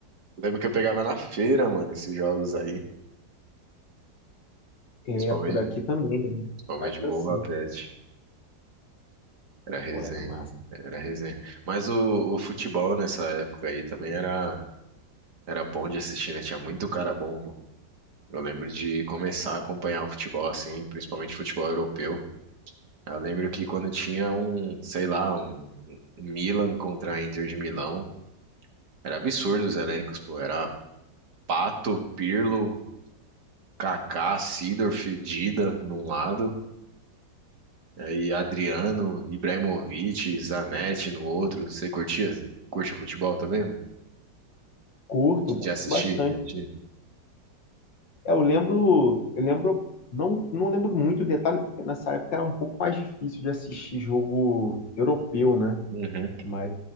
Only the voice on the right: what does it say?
Lembro que eu pegava na feira, mano, esses jogos aí.
Principalmente,
principalmente
o Bomba
Pet. Era resenha,
era resenha. Mas o, o futebol nessa época aí também era, era bom de assistir, né? Tinha muito cara bom, pô. Eu lembro de começar a acompanhar o futebol assim, principalmente futebol europeu. Eu lembro que quando tinha um, sei lá, um um Milan contra a Inter de Milão, era absurdo os elencos, pô. Era Pato, Pirlo, Kaká, Seedorf, Dida num lado. Aí Adriano, Ibrahimovic, Zanetti no outro. Você curtia? Você curte o futebol também, mano?
De
assistir,
de assistir.
Uhum.